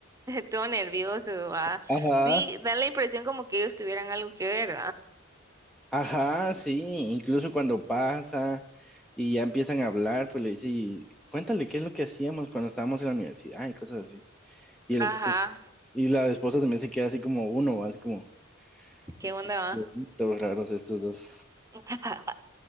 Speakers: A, on the right (about 15°); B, in the centre.
A: <laughs> todo nervioso, va.
B: Ajá,
A: Sí, da la impresión como que ellos tuvieran algo que ver, va.
B: ajá, sí, incluso cuando pasa y ya empiezan a hablar, pues le dice, "Y cuéntale qué es lo que hacíamos cuando estábamos en la universidad y cosas así. Y el,
A: Ajá,
B: pues, y la esposa también se queda así como uno, así como,
A: ¿qué
B: y estos
A: onda, va?
B: qué todos raros estos dos.
A: <laughs>